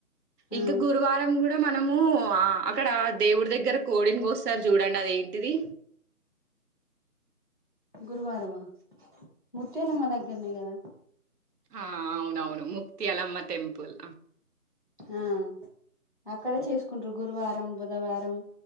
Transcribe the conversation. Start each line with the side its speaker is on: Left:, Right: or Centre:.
Left: ఆ
Right: ఇంకా గురువారం కూడా మనము అక్కడ దేవుడి దగ్గర కోడిని కోస్తారు చూడండి అది ఏంటిది
Left: గురువారమా ముత్యాలమ్మా దగ్గరనే కదా
Right: ఆ అవునవును ముత్యాలమ్మ టెంపుల్
Left: ఆ అక్కడే చేసుకుంట్రు గురువారం బుధవారం